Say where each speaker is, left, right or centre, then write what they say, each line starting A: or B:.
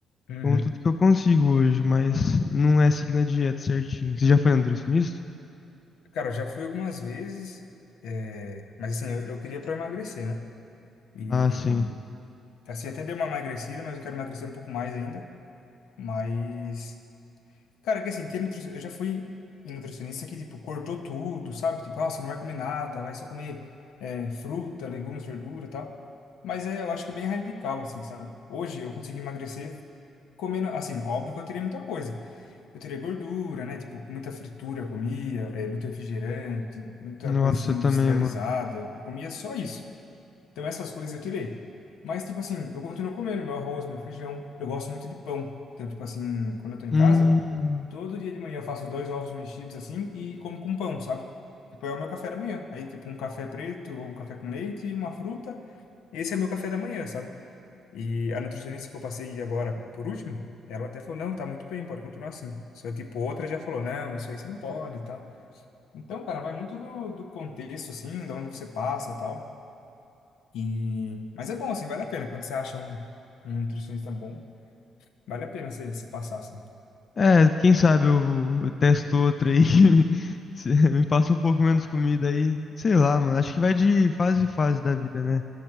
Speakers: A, on the left (about 85°); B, on the left (about 40°).
A: Uhum.
B: Como tudo que eu consigo hoje, mas não é seguir na dieta certinho. Você já foi nutricionista?
A: Cara, eu já fui algumas vezes, é, mas assim, eu, eu queria pra emagrecer, né? E
B: Ah, sim.
A: assim, até dei uma emagrecida, mas eu quero emagrecer um pouco mais ainda. Mas, cara, é que assim, tem nutri... eu já fui em nutricionista que, tipo, cortou tudo, sabe? Tipo, ah, você não vai comer nada, vai só comer é, fruta, legumes, verdura e tal. Mas é, eu acho que é bem radical, assim, sabe? Hoje eu consegui emagrecer comendo, assim, óbvio que eu teria muita coisa. Eu teria gordura, né? Tipo, muita fritura eu comia, é, muito refrigerante, muita
B: Nossa,
A: coisa assim
B: eu
A: industrializada.
B: também, mano.
A: Eu eu comia só isso. Então essas coisas eu tirei. Mas, tipo assim, eu continuo comendo meu arroz, meu feijão. Eu gosto muito de pão. Então, tipo assim, quando eu tô em
B: Hum.
A: casa, todo dia de manhã eu faço dois ovos mexidos assim e como com pão, sabe? Tipo, é o meu café da manhã. Aí, tipo, um café preto ou um café com leite e uma fruta. Esse é meu café da manhã, sabe? E a nutricionista que eu passei agora, por último, ela até falou, não, tá muito bem, pode continuar assim. Só, tipo, outra já falou, não, isso aí você não pode e tal. Então, cara, vai muito do, do contexto, assim, de onde você passa e tal. E... Mas é bom, assim, vale a pena. Quando você acha um, um nutricionista bom, vale a pena você, você passar, assim.
B: É, quem sabe eu, vou- eu testo outra aí <laughs> que me, se- me passa um pouco menos comida aí. Sei lá, mano. Acho que vai de fase em fase da vida, né?